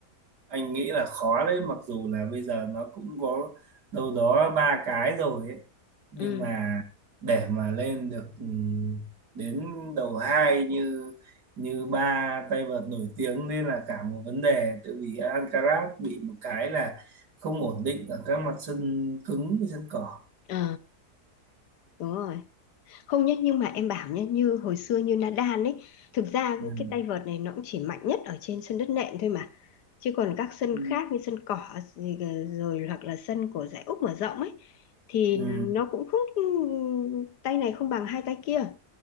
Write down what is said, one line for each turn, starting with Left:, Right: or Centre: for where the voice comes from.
Right: anh nghĩ là khó đấy mặc dù là bây giờ nó cũng có đâu đó ba cái rồi ấy nhưng
Left: Ừ,
Right: mà để mà lên được ừ, đến đầu hai như như ba tay vợt nổi tiếng nên là cả một vấn đề tự vì Alcaraz bị một cái là không ổn định ở các mặt sân cứng với sân cỏ
Left: ờ, đúng rồi. Không nhất nhưng mà em bảo nhé, như hồi xưa như Nadal ấy, thực ra
Right: ừ.
Left: cái tay vợt này nó cũng chỉ mạnh nhất ở trên sân đất nện thôi mà. Chứ còn các sân
Right: Ừ.
Left: khác như sân cỏ gì kì- rồi hoặc là sân của giải Úc mở rộng ấy thì
Right: Ừ.
Left: nó cũng không ừ, tay này không bằng hai tay kia,